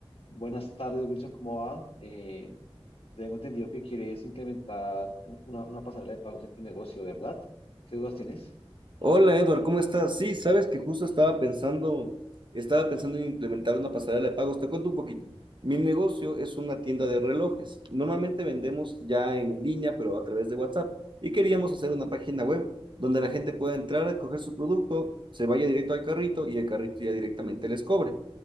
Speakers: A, on the left; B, on the right.
A: Buenas tardes, Wilson, ¿cómo va? Eh, tengo entendido que quieres implementar una, una pasarela de pagos en tu negocio, ¿verdad? ¿Qué dudas tienes?
B: Hola Edward, ¿cómo estás? Sí, sabes que justo estaba pensando, estaba pensando en implementar una pasarela de pagos. Te cuento un poquito. Mi negocio es una tienda de relojes. Normalmente vendemos ya en línea, pero a través de WhatsApp. Y queríamos hacer una página web donde la gente pueda entrar, a coger su producto, se vaya directo al carrito y el carrito ya directamente les cobre.